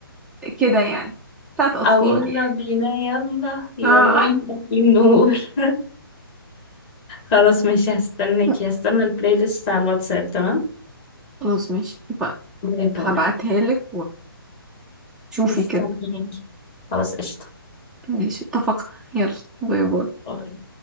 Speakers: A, in the centre; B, on the left.
A: كده يعني بتاعت أطفال
B: او يلا
A: يعني
B: بينا يلا يلا
A: آه.
B: نطفي النور <laughs> خلاص ماشي هستناكي
A: <laughs>
B: هستنى البلاي ليست على الواتساب تمام
A: خلاص ماشي اتفقنا
B: باي باي
A: هبعتها لك وشوفي
B: مستنياكي
A: كده
B: خلاص قشطه
A: ماشي اتفقنا يلا باي باي
B: باي